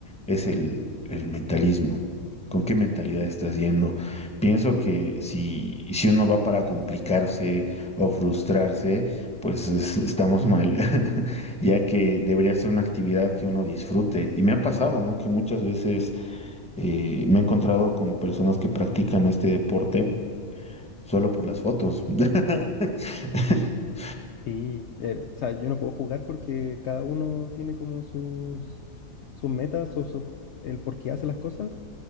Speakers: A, in the centre; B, on the left.
A: es el, el mentalismo. ¿Con qué mentalidad estás yendo? Pienso que si, si uno va para complicarse o frustrarse, pues es- estamos mal, <laughs> ya que debería ser una actividad que uno disfrute. Y me ha pasado, ¿no? Que muchas veces eh, me he encontrado con personas que practican este deporte solo por las fotos. <laughs>
B: Sí, eh, o sea, yo no puedo jugar porque cada uno tiene como sus, sus metas o sus- el por qué hace las cosas.